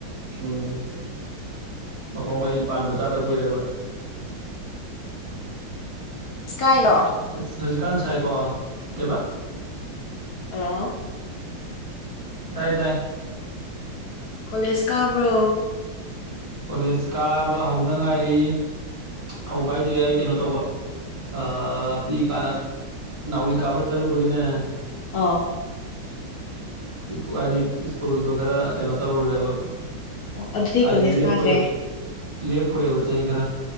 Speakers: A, on the right; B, on the left.
A: ꯎꯝ ꯃꯈꯣꯡ ꯃꯔꯤ ꯄꯥꯟꯕ ꯆꯥꯗꯕ ꯀꯨꯏꯔꯦꯕ
B: ꯏꯁꯀꯥꯏꯂꯣ
A: ꯑꯁ ꯍꯧꯖꯤꯛꯀꯥꯟ ꯁꯥꯏꯀꯣ ꯀꯩꯕꯥ
B: ꯍꯜꯂꯣ
A: ꯇꯥꯏ ꯗꯥꯏ
B: ꯀꯣꯂꯦꯖ ꯀꯥꯕ꯭ꯔꯣ
A: ꯀꯣꯂꯦꯖ ꯀꯥꯕ ꯍꯧꯕꯗ ꯉꯥꯏꯔꯤ ꯍꯧꯕ ꯍꯥꯏꯖꯦ ꯑꯩ ꯀꯩꯅꯣ ꯇꯧꯕ ꯑ ꯄꯤꯛꯏ ꯀꯥꯟꯗ ꯅꯥꯎꯔꯤ ꯀꯥꯞꯕ ꯆꯠꯂꯨꯕꯒꯤꯅꯦ
B: ꯑꯥ
A: ꯈꯨꯍꯥꯏꯗꯤ ꯁ꯭ꯀꯨꯜꯗꯣ ꯈꯔ ꯀꯩꯅꯣ ꯇꯧꯔꯨꯔꯦꯕ
B: ꯑꯣ ꯑꯗꯨꯗꯤ
A: ꯍꯥꯏꯗꯤ
B: ꯀꯨꯂꯦꯁ
A: ꯂꯦꯞꯄꯨꯔꯦ
B: ꯀꯥꯗ꯭ꯔꯦ
A: ꯂꯦꯞꯄꯨꯔꯦꯕ ꯆꯍꯤ ꯈꯔ